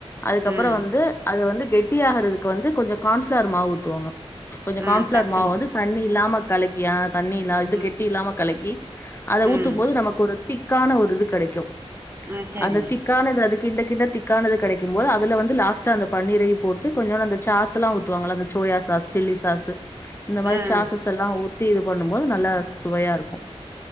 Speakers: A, on the left; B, on the right.
A: அதுக்கப்புறோ
B: ம்
A: வந்து. அது வந்து கெட்டி ஆகறதுக்கு வந்து கொஞ்சம் கான்ஃபிளர் மாவு ஊத்துவாங்க கொஞ்சம்
B: ம்
A: கான்பிளார்
B: கரச்சு
A: மாவு
B: ஊத்
A: வந்து தண்ணி இல்லாம கலக்கியா தண்ணில்ல இது
B: ம்
A: கெட்டி இல்லாம கலக்கி அதை ஊத்தும்
B: ம்
A: போது நமக்கு ஒரு திக் திக்கான ஒரு இது கிடைக்கும்
B: ம் சரி
A: அந்த திக்கானது அது கிண்ட கிண்ட திக்கானது கிடைக்கும் க்கும் போது வந்து லாஸ்ட் அந்த பன்னீரையும் போட்டு கொஞ்சோண்டு அந்த சாஸ் ல்லாம் ஊத்துவாங்கள அந்த சோயா சாஸ் சில்லி சாஸ் இந்த மாரி
B: ம்
A: சாசஸ் எல்லாம் ஊத்தி இது பண்ணும் போது நல்லா சுவையா இருக்கும்